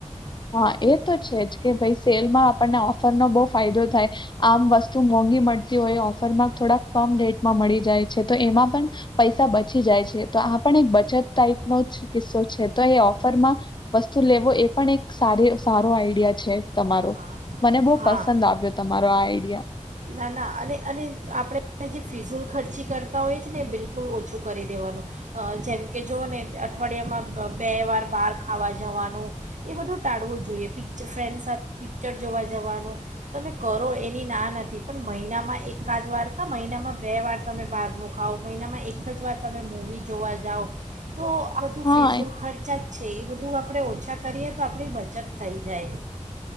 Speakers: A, on the left; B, on the right.
A: હા એ તો છે જ કે ભાઈ સેલમાં આપણને ઓફરનો બહુ ફાયદો થાય આમ વસ્તુ મોંઘી મળતી હોય ઑફરમાં થોડાક કમ રેટમાં મળી જાય છે તો એમાં. પણ પૈસા બચી જાય છે તો. એક બચત ટાઈપનો કિસ્સો છે તો એ ઓફરમાં વસ્તુ લેવો એ પણ એક સ સારો આઈડિયા છે તમારો
B: હા
A: મને બહુ
B: હા
A: પસંદ આવ્યો તમારો આ આઈડિયા.
B: ના ના અને અને આપણે જે ફિઝૂલ ખર્ચી કરતા હોઈએ છે ને એ બિલકુલ ઓછું કરી દેવાનું જેમ કે જુઓ ને અઠવાડિયામાં બે વાર બહાર ખાવા જવાનું એ બધું ટાળવું જોઈએ પિક્ચર ફ્રેન્ડ સાથે પિક્ચર જોવા જવાનું તમે કરો એની ના નથી પણ મહિનામાં એકાદ વાર કા મહિનામાં બે વાર તમે બહારનું ખાવ મહિનામાં એક જ વાર તમે મૂવી જોવા જાઓ. તો આ બધું
A: હા
B: ફિઝુલ ખર્ચા છે, એ બધું આપણે ઓછા કરીએ તો આપણી બચત થઈ જાય